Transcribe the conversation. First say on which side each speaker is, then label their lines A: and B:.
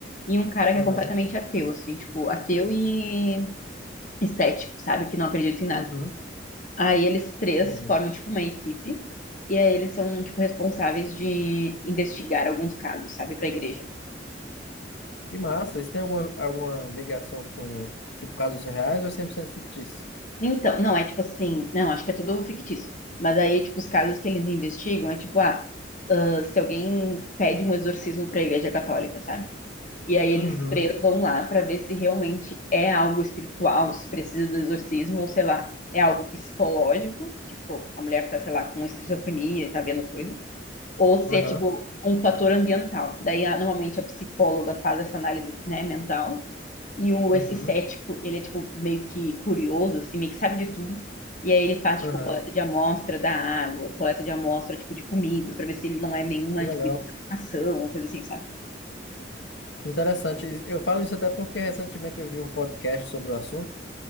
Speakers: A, on the left; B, on the left.
A: e um cara que
B: Aham.
A: é completamente ateu, assim, tipo, ateu e estético, sabe? Que não acredita em nada.
B: Uhum.
A: Aí eles três
B: Entendi.
A: formam, tipo, uma equipe. E aí eles são, tipo, responsáveis de investigar alguns casos, sabe? Pra igreja.
B: Que massa. Isso tem alguma, alguma ligação com, tipo, casos reais ou é 100% fictício?
A: Então, não, é tipo assim... Não, acho que é tudo fictício. Mas aí, tipo, os casos que eles investigam é tipo, ah... ah, se alguém pede um exorcismo pra igreja católica, sabe? E aí eles
B: Uhum,
A: três vão lá pra ver se realmente é algo espiritual, se precisa do exorcismo, ou sei lá, é algo psicológico, tipo, a mulher tá, sei lá, com esquizofrenia, e tá vendo coisa, Ou se
B: aham,
A: é tipo um fator ambiental. Daí, a- normalmente, a psicóloga faz essa análise, né, mental. E o,
B: uhum,
A: esse cético, ele é tipo meio que curioso, assim, meio que sabe de tudo. E aí ele faz,
B: aham.
A: tipo, coleta de amostra da água, coleta de amostra, tipo, de comidas, pra ver se ele não é nenhuma,
B: Que legal.
A: tipo, intoxicação, uma coisa assim, sabe?
B: Interessante. Eu falo isso até porque recentemente eu vi um podcast sobre o assunto